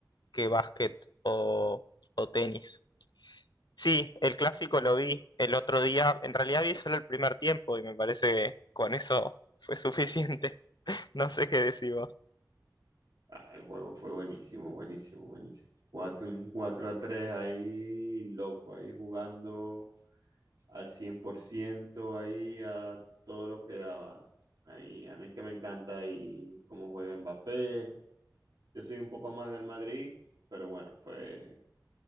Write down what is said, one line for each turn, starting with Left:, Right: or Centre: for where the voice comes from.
Left: que básquet o, o tenis. Sí, el clásico lo vi el otro día. En realidad vi solo el primer tiempo y me parece que con eso fue suficiente. <laughs> No sé qué decís vos.
Right: Ah, el juego fue buenísimo, buenísimo, buenísimo. Cuatro- un 4 a tres ahí, loco, ahí jugando al 100% ahí a todo lo que daba. Ahí, a mí es que me encanta ahí cómo juega Mbappé. Yo soy un poco más del Madrid, pero bueno, fue,